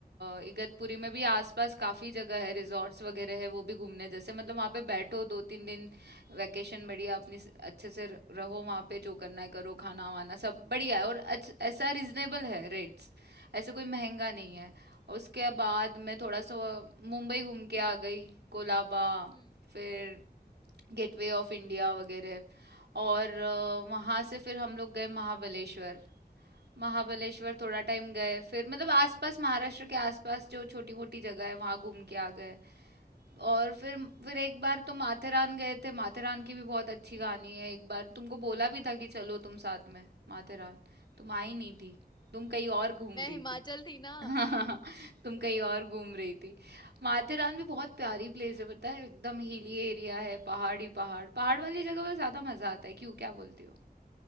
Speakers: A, on the right; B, on the left.
A: अ, इगतपुरी में भी आसपास काफी जगह है रिजॉर्ट्स वगैरह है वो भी घूमने जैसे मतलब वहाँ पे बैठो दो तीन दिन वैकेशन बढ़िया अपनी स- अच्छे से र- रहो वहाँ पे जो करना है करो खाना वाना सब बढ़िया है और अच्छ, ऐसा रिजनेबल है रेट्स ऐसे कोई महंगा नहीं है उसके बाद मैं थोड़ा सा मुंबई घूम के
B: हम्म
A: आ गई कोलाबा
B: हम्म
A: फिर गेटवे ऑफ इंडिया वगैरह और अ, वहाँ से फिर हम लोग गए महाबलेश्वर महाबलेश्वर
B: हम्म
A: थोड़ा टाइम गए फिर मतलब आसपास महाराष्ट्र के आसपास जो छोटी मोटी जगह है वहां घूम के आ गए और फिर फिर एक बार तो माथेरान गए थे माथेरान की भी बहुत अच्छी
B: हम्म
A: कहानी है एक बार तुमको बोला भी था कि चलो तुम साथ में माथेरान तुम आई नहीं थी तुम कहीं और घूम
B: मैं
A: रही
B: हिमाचल
A: थी
B: थी ना
A: <laughs> तुम कहीं और घूम रही थी माथेरान भी बहुत प्यारी प्लेस है पता है एकदम हिली एरिया है पहाड़ ही पहाड़ पहाड़ वाली जगह पे ज्यादा मजा आता है क्यों क्या बोलती हो